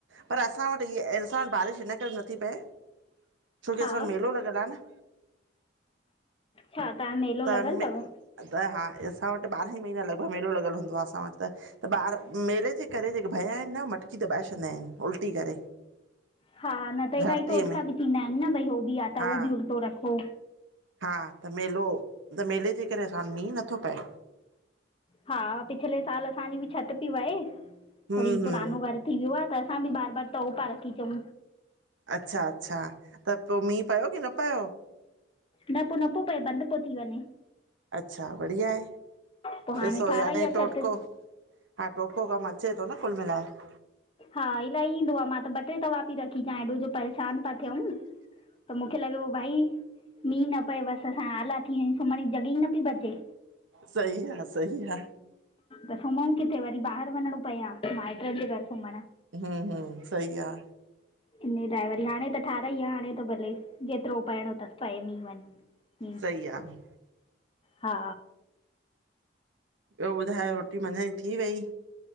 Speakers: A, on the right; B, on the left.
A: पर असां वट् इहा असां वट् बारिश इन करे बि नथी पए। छोकी
B: हा
A: असां वट् मेलो लॻल आ न।
B: छा तहां तो मेलो
A: त
B: लॻियल
A: मे
B: तव?
A: त हा असां वटि ॿारहं महीना लॻभॻ मेलो लिॻियलु हूंदो असां वटि त। त ॿार मेले जे करे जेके भया आहिनि न मटकी दॿाए छॾंदा आहिनि उल्टी करे।
B: हा न त इलाही
A: धरतीअ
B: टोटका
A: में
B: बि थींदा आहिनि न, भई हो हो बि आहे त
A: हा
B: उहो बि उल्टो रखो।
A: हा त मेलो त मेले जे करे असां वट मींहुं नथो पए।
B: हा पिछले साल असांजी बि छति पई वहे
A: हम्म
B: थोरी
A: हम्म
B: पुरानो घरु थी वियो आ त असां बि बार बार तओ पा रखी अचंऊ।
A: अच्छा अच्छा, त पो मींहुं पियो की न पियो?
B: न पो न पो पए बंदि पो थी वञे।
A: अच्छा बढ़िया आहे
B: पोइ हाणे
A: ॾिसों
B: ठाहिराई
A: याने
B: आहे छिति
A: टोटको हा टोटको कमु अचे थो न कुल मिलाए।
B: हा इलाही ईंदो आ मां त ॿ टे तवा पई रखी अचां ऐॾो जो परेशानु पिया थयूं। त मूंखे लॻे प भाई मींहुं न पए बसि असां आला थी वया सुम्हण जी जॻहि ई न पई बचे।
A: सही आ, सही आ,।
B: त सुम्हूं किथे वरी ॿाहिरि वञिणो पए आ माइटनि जे घर सुमण।
A: हां, हां सही आ।
B: इन ड्राइवरी हाणे त ठारहाई आ, हाणे त भले जेतिरो पाइणो सि पए मींहुं।
A: सही आहे
B: हा।
A: ॿियो ॿुधायो रोटी मंझद जी थी वई?